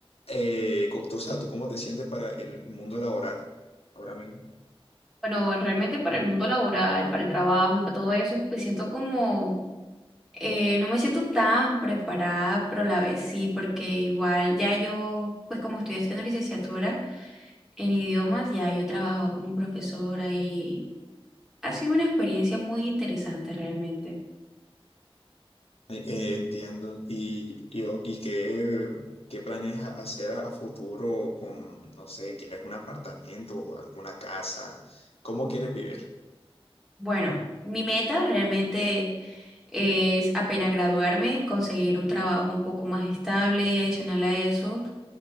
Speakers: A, on the left; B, in the centre.
A: eh, co- tú, o sea, tú cómo te sientes para el mundo laboral ahora mismo?
B: Bueno, realmente para el mundo laboral, para el trabajo y para todo eso, me siento como, eh, no me siento tan preparada, pero a la vez sí, porque igual ya yo, pues como estoy haciendo licenciatura en idiomas, ya yo he trabajado como profesora y ha sido una experiencia muy interesante realmente.
A: Eh, eh, entiendo. ¿Y, y, o- y qué, qué planes a- hacer a, a futuro con, no sé, quieres un apartamento o alguna casa? ¿Cómo quieres vivir?
B: Bueno, mi meta realmente es apenas graduarme, conseguir un trabajo un poco más estable y adicional a eso